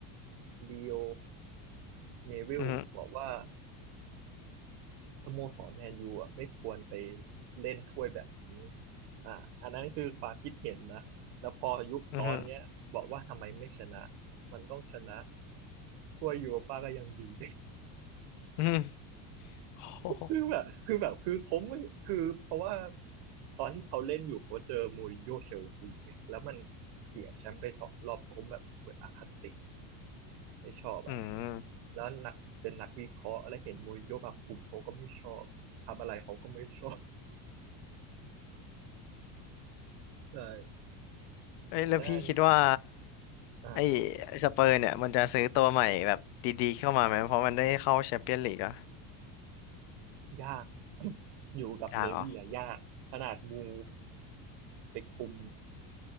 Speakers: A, on the right; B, on the left.
A: ลีโอ เนวิลบอกว่า
B: อือฮึ
A: สโมสรแมนยูอ่ะไม่ควรไปเล่นถ้วยแบบนี้อ่าอันนั้นคือความคิดเห็นนะแล้วพอยุคตอนเนี้ยบอกว่าทำไมไม่ชนะมันต้องชนะ
B: อือฮึ
A: ถ้วยยูโรป้าก็ยังดี <laughs>
B: อือฮึโอ้โห
A: คือแบบคือแบบคือผมไม่คือเพราะว่าตอนที่เขาเล่นอยู่เขาเจอมูรินโญ่เชลซีอะแล้วมันเสียแชมป์ไปสองรอบผมแบบเหมือนอคติไม่ชอบอ่ะ
B: อืม
A: แล้วนักเป็นนักวิเคราะห์อะไรเห็นมูรินโญ่มาคุมเขาก็ไม่ชอบทำอะไรเขาก็ไม่ชอบใช่
B: เอ้ยแล้วพี่คิดว่า
A: <laughs> แต่อันอ่า
B: ไอ้สเปอร์เนี่ยมันจะซื้อตัวใหม่แบบดีๆเข้ามาไหมเพราะมันได้เข้าแชมเปี้ยนลีกอะ
A: ยากอยู่กับเลวี่อะยากขนาดมู
B: ยากเหรอ
A: ไปคุม